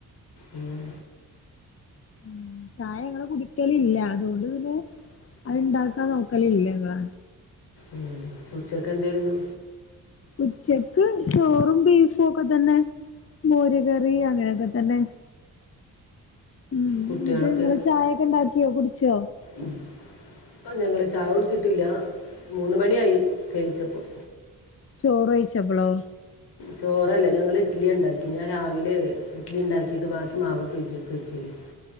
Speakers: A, on the left; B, on the left.
A: ഓഹ്
B: ഉം ചായ ഞങ്ങള് കുടിക്കല് ഇല്ല അതോണ്ട് പിന്നെ അത് ഇണ്ടാക്കാൻ നോക്കലില്ലങ്ങള്
A: ഉം ഉച്ചക്ക് എന്തേരുന്നു
B: ഉച്ചക്ക് ചോറും ബീഫും ഒക്കെ തന്നെ മോര് കറി അങ്ങനെയൊക്കെ തന്നെ ഉം
A: കുട്ടികളൊക്കെ
B: ഇന്നെട്ട് ഇങ്ങള് ചായക്കെ ഇണ്ടാക്കിയോ കുടിച്ചോ
A: ഉം ആഹ് ഞങ്ങള് ചായ കുടിച്ചിട്ടില്ല മൂന്ന് മണിയായി കഴിച്ചപ്പം.
B: ചോറ് വഴിച്ചപ്പളോ
A: ചോറല്ല ഞങ്ങൾ ഇഡ്ലിയാ ഇണ്ടാക്കി. ഞാൻ രാവിലെ ഇഡലി ഇണ്ടാക്കീട്ട് ബാക്കി മാവ് ഫ്രിഡ്ജ്ക്ക് വെച്ചീന്ന്.